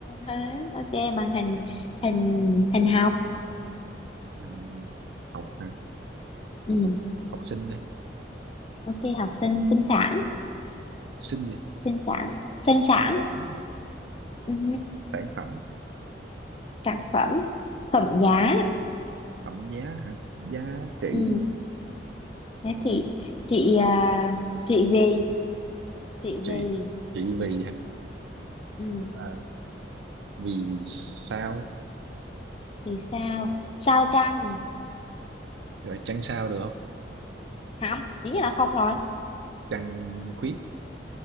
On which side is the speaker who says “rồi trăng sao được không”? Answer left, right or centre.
Right